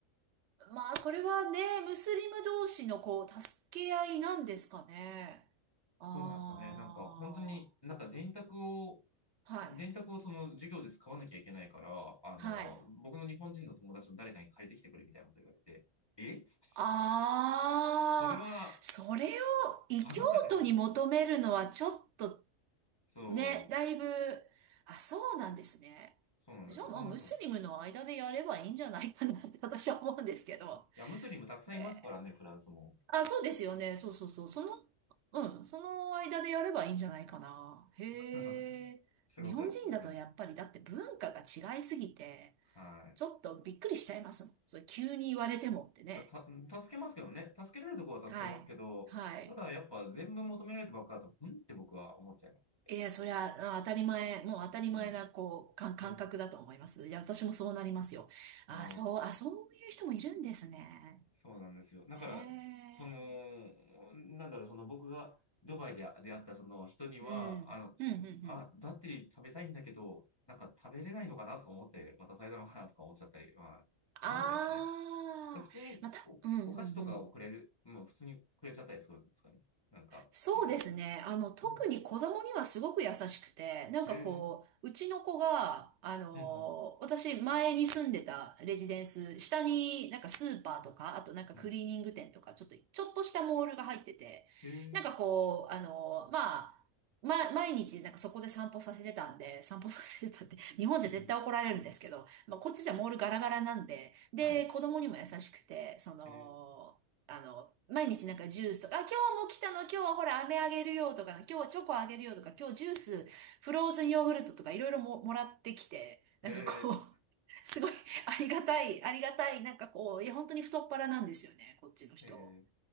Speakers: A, on the right; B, on the left.
A: まあ、それはね、ムスリム同士のこう、助け合いなんですかね。あ
B: そうなんですかね。なんか本当になんか電卓を、
A: あ、はい、
B: 電卓をその授業で使わなきゃいけないから、あの、
A: はい。
B: 僕の日本人の友達の誰かに借りてきてくれみたいなこと言われて、えっつって。
A: ああ、
B: それは、
A: それを異教徒に求めるのはちょっと
B: あなたがやること。そう、
A: ね、だいぶ、あ、そうなんですね。
B: そうなんですよ。
A: じゃあまあムスリムの間でやればいいんじゃないかなって私は思うんですけど。
B: そんなことは。いや、ムスリムたくさんいますからね、
A: えー
B: フランスも。
A: あ、そうですよね。そうそうそう。その、うん、その間でやればいいんじゃないかな。へえ。
B: <laughs> すごく。
A: 日本人だとやっぱりだって文化が違いすぎて、
B: はい。はい。
A: ちょっとびっくりしちゃいますもん。それ急に言われてもってね。
B: いや、た、助けますけどね。助けられるところは助けますけど、
A: はい。はい。
B: ただやっぱ全部求められてばっかだと、うんって僕は思っちゃいますね。
A: いや、そりゃ、あ当たり前、もう当たり前な、
B: うん。
A: こう、か感覚だと思います。
B: うん。
A: いや、私もそうなりますよ。あ、
B: あ
A: そう、あ、そういう人もいるんですね。
B: そうなんですよ。だから、
A: へえ。
B: その、なんだろう、その僕がドバイで出会ったその人には、
A: うん。
B: あの、
A: うん、うん、うん。
B: あ、ダッテリー食べたいんだけど、なんか食べれないのかなとか思って渡されたのかなとか思っちゃったり、まあ、そんなことないですかね。
A: ああ、
B: 普通にお、
A: また、うん、
B: お菓子とかをくれる、
A: うん、うん。
B: まあ普通にくれちゃったりするんですかね。なんか、
A: そうですね。
B: メジャー的に。
A: あの、特に子供にはすごく優しくて、
B: うん、
A: なんかこう、
B: へえ、
A: うちの子が、あの、
B: うん、
A: 私前に住んでたレジデンス、下になんかスーパーとか、あとなんかクリーニング店とか、
B: うん、
A: ちょっと、ちょっとしたモールが入ってて、
B: へえ、
A: なんかこう、あの、まあ、ま、毎日なんかそこで散歩させてたんで、散歩させてたって、日本じゃ絶対怒られるんですけど、
B: うん、
A: まあ、こっちじゃモールガラガラなんで、で、
B: はい、
A: 子供にも優しくて、その、
B: へえ、
A: あの、毎日なんかジュースとか、あ、今日も来たの、今日はほら、飴あげるよとか、今日はチョコあげるよとか、今日ジュース、フローズンヨーグルトとかいろいろも、もらってきて、なんかこう、
B: へえ、
A: <laughs> すごいありがたい、ありがたい、なんかこう、いや、本当に太っ腹なんですよね、こっちの人。
B: へ